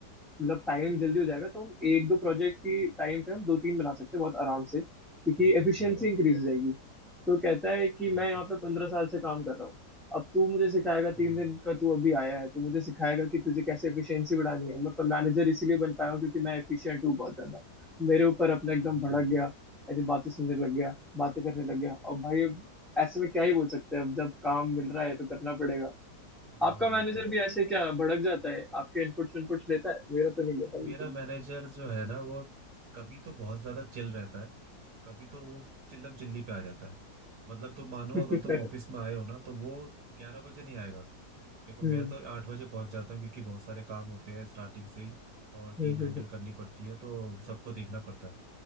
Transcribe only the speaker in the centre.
मतलब टाइम जल्दी हो जाएगा तो हम एक दो प्रोजेक्ट की टाइम पे हम दो तीन बना सकते हैं बहुत आराम से क्योंकि
एफिशिएंसी
इंक्रीज हो जाएगी तो कहता है कि
मैं यहाँ
पे पंद्रह साल से काम कर रहा हूँ अब तू मुझे सिखाएगा तीन
दिन का तू अभी आया है तू मुझे सिखाएगा कि तुझे कैसे एफिशिएंसी बढ़ानी है मैं मैनेजर इसीलिए बन पाया हूँ क्योंकि मैं एफिशिएंट हूँ बहुत ज्यादा मेरे ऊपर अपना एकदम
भड़क
गया ऐसी बातें सुनने लग गया बातें करने लग गया और भाई अब ऐसे में क्या ही बोल सकते हैं अब जब काम मिल रहा है तो करना पड़ेगा
आपका
मैनेजर
भी
ऐसे क्या भड़क जाता है आपके इनपुट्स इनपुट्स लेता है मेरा तो नहीं लेता
बिल्कुल
<laughs>
हम्म,
हम्म,
हम्म,